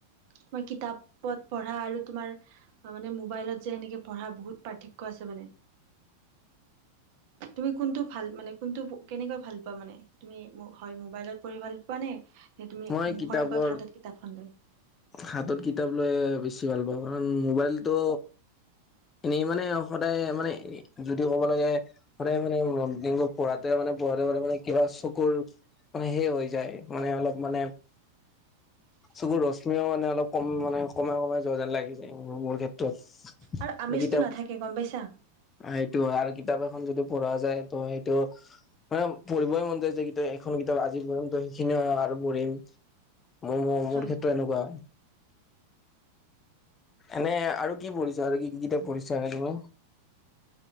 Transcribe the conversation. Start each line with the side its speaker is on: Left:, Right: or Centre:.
Right: তোমাৰ কিতাপত পঢ়া আৰু তোমাৰ মানে ম'বাইলত যে এনেকে পঢ়াৰ বহুত পাৰ্থক্য আছে মানে। তুমি কোনটো ভাল মানে কোনটো কেনেকৈ ভাল পোৱা মানে? তুমি হয় ম'বাইলত পঢ়ি ভাল পোৱা নে? তে তুমি
Left: মই
Right: মুখৰ
Left: কিতাপৰ
Right: আগত হাতত কিতাপখন লৈ?
Left: হাতত কিতাপ লৈয়ে বেছি ভাল পাওঁ। কাৰণ ম'বাইলটো এনেই মানে সদায়, মানে যদিও ক'ব লাগে সদায় মানে মৰ্নিং পঢ়াতে মানে পঢ়াতে পঢ়াতে কিবা চকুৰ মানে সেই হৈ যায়। মানে অলপ মানে
Right: <inaudible>
Left: চুকুৰ ৰশ্মিও মানে অলপ কম মানে, কমাই কমাই যোৱা যেন লাগি যায় মোৰ ক্ষেত্ৰত।
Right: আৰু আমেজটো
Left: নে কিতাপ
Right: নাথাকে গম পাইছা
Left: আ সেইটো হয়। আৰু কিতাপ এখন যদি পঢ়া যায়, ত' সেইটো মানে পঢ়িবই মন যায় যে, কিতা এখন কিতাপ আজি পঢ়িম ত' সেইখিনিও আৰু পঢ়িম। ময়ো অ' মোৰ
Right: হয়
Left: ক্ষেত্ৰত
Right: হয়।
Left: এনেকুৱা। এনে আৰু কি পঢ়িছা? আৰু কি কি কিতাপ পঢ়িছা এ তুমি?